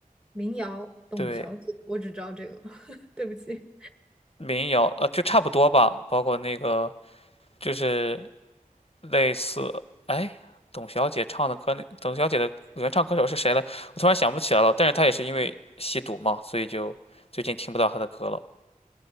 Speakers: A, in the centre; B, on the left.
A: 民谣《董小姐》，
B: 对，
A: 我只知道这个，<laughs> 对不起。
B: 民谣，呃，就差不多吧，包括那个就是类似，哎，董小姐唱的歌，那董小姐的原唱歌手是谁来？我突然想不起来了，但是她也是因为吸毒嘛，所以就最近听不到她的歌了。